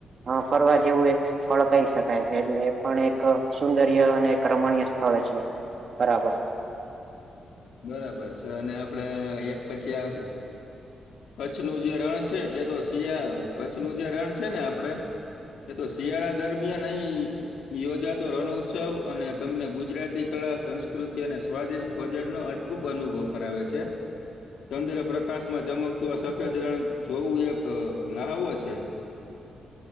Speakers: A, on the right; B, on the left.
A: હા ફરવા જેવું એક સ્થળ કહી શકાય છે એટલે એ પણ એક સુંદર્ય અને એક રમણીય સ્થળ છે બરાબર
B: બરાબર છે અને આપડે એક પછી આગ કચ્છનુંું જે રણ છે તે તો શિયા કચ્છ નું જે રણ છે ને આપડે એ તો શિયાળા દરમિયાન અહી યોજાતો રણ ઉત્સવ અને તમને ગુજરાતી કલા સંસ્કૃતિ અને સ્વાદિષ્ટ ભોજનનો અદભુત અનુભવ કરાવે છે ચંદ્ર પ્રકાશમાં ચમકતું આ સફેદ રણ જોવું એક લહાવો છે